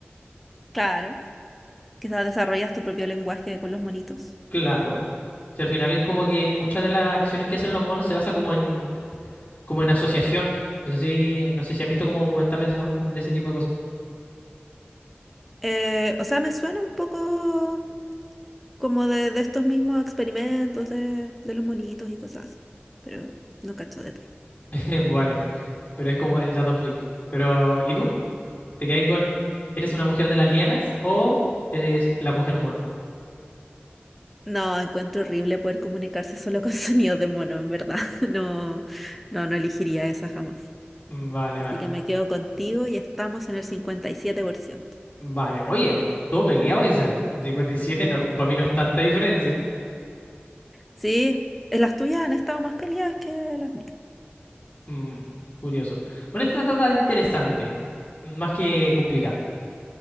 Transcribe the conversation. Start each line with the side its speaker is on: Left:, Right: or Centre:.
Centre: Claro, quizás desarrollas tu propio lenguaje con los monitos.
Left: Claro. Si al final como que muchas de las acciones que hacen los monos se basa como en, como en asociación. No sé si, no sé si has visto como documentales a- de ese tipo de cosas.
Centre: Eh, o sea, me suena un poco como de, de estos mismos experimentos de, de los monitos y cosas así, pero no cacho detalle.
Left: <laughs> Vale. Pero es como el dato freak. Pero, ¿y tú? ¿Te quedas con, eres una mujer de las lianas o eres la mujer mono?
Centre: No, encuentro horrible poder comunicarse solo con <laughs> sonidos de mono, en verdad. <laughs> No, no, no elegiría esa jamás.
Left: Vale,
Centre: Así
Left: vale.
Centre: que me quedo contigo y estamos en el 57%.
Left: Vale, oye, o- todo peleado esa. 57 no, para mí no es tanta diferencia.
Centre: Sí, eh, las tuyas han estado más peleadas que las mías.
Left: Mm, curioso. Bueno, esta está tan interesante, más que complicada.